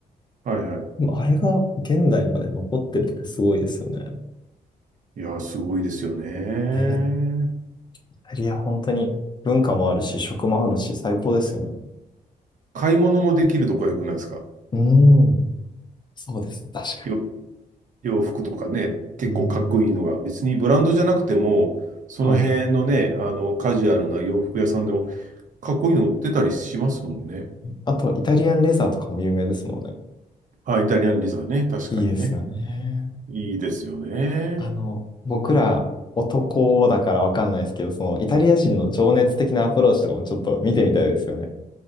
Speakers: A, on the right; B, on the left.
A: はい、はい。
B: でもあれが現代まで残ってるってすごいですよね。
A: いやー、すごいですよね。
B: ねイタリア本当に文化もあるし、食もあるし、最高ですよね。
A: 買い物もできるとこが良くないですか
B: うん。そうですね。確か
A: よ、洋服とかね、結構かっこいいのが、
B: に。うん。
A: 別にブランドじゃなくても、その辺のね、
B: はい。
A: あの、カジュアルな洋服屋さんでも、かっこいいの売ってたりしますもんね。
B: あと、イタリアンレザーとかも有名ですもんね。
A: あ、イタリアンレザーね、確かにね。
B: いいですよね。
A: いいですよね。
B: あの、僕ら男だからわかんないですけど、そのイタリア人の情熱的なアプローチとかもちょっと見てみたいですよね。